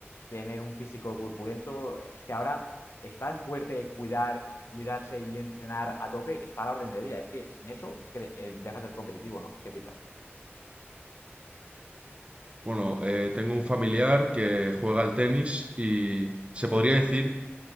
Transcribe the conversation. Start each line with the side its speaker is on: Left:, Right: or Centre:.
Left: tener un físico corpulento, es que ahora estar fuerte, cuidar, cuidarse y entrenar a tope está a la orden del día. Es que sin eso, es que eh, dejas de ser competitivo, ¿no? ¿Qué piensas?
Right: Bueno, eh, tengo un familiar que juega al tenis y se podría decir